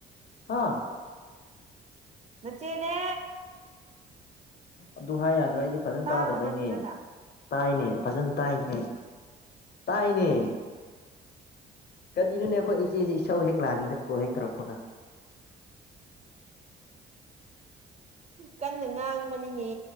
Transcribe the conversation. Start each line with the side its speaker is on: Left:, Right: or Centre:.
Left: ꯑꯥ
Right: ꯆꯆꯦꯅꯦ
Left: ꯑꯗꯨ ꯍꯥꯏ ꯌꯥꯗ꯭ꯔꯣ ꯑꯩꯗꯤ ꯐꯖꯅ
Right: ꯇꯥꯗꯕ꯭ꯔꯥ
Left: ꯇꯥꯗꯕꯩꯅꯦ
Right: ꯐꯖꯅ
Left: ꯇꯥꯏꯅꯦ ꯐꯖꯅ ꯇꯥꯏꯅꯦꯅꯦ ꯇꯥꯏꯅꯦ ꯀꯔꯤꯅꯣꯅꯦ ꯑꯩꯈꯣꯏ ꯏꯆꯦꯁꯤ ꯏꯁꯧ ꯍꯦꯛ ꯂꯥꯡꯉꯤꯗ ꯀꯣꯜ ꯍꯦꯛ ꯇꯧꯔꯛꯄꯒ <inaudible>
Right: ꯀꯟꯅ ꯉꯥꯡꯕꯅꯤꯅꯦ